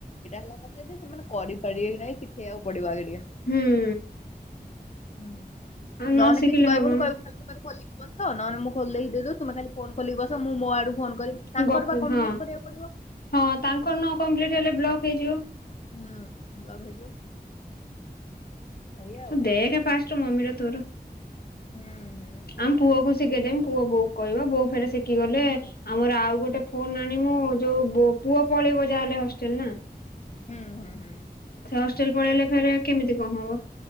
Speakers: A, on the left (about 45°); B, on the left (about 70°).
A: ହେଲା କଥା ଯେ ସେମାନେ <unintelligible>
B: ହୁଁ।
A: ହଁ
B: ଆଉ ନ
A: ନହେଲେ
B: ଶିଖିଲେ
A: କିଛି କହିବୁନି
B: ହବନି
A: କହିବୁ ତୁମେ ଖୋଲିକି ବସ ନହେଲେ ମୁଁ ଖୋଲ <unintelligible> ତୁମେ ଖାଲି ଫୋନଲିକି ବସ ମୁଁ ମୋ ଆଡକୁ ଫୋନ କରିବି ତାଙ୍କର
B: ଗପୁର
A: ବା କମ୍ପ୍ଲିଟ
B: ହଁ
A: କରିବାକୁ ପଡିବ
B: ହଁ ତାଙ୍କର
A: ହୁଁ
B: ନ କମ୍ପ୍ଲିଟ ହେଲେ ବ୍ଲକ୍ ହେଇଯିବ।
A: <unintelligible> ଏଇଆ ଆଉ
B: ହଁ ଦେଖେ ଫାଷ୍ଟ ମମିର ତୋର।
A: ହୁଁ ହୁଁ।
B: ଆମ ପୁଅ କୁ ଶିଖେଇଦେମି ପୁଅ ବୋଉ କୁ କହିବ ବୋଉ ଫେର ଶିଖିଗଲେ।
A: ହୁଁ
B: ଆମର ଆଉ ଗୋଟେ ଫୋନ୍ ଆଣିମୁ ଯୋଉ ବୋ ପୁଅ ପଳେଇବ ଯାହେଲେ ହଷ୍ଟେଲ ନା।
A: ହୁଁ ହୁଁ ହୁଁ।
B: ସେ ହଷ୍ଟେଲ ପଳେଇଲେ ଫେରେ କେମିତି କଣ ହବ।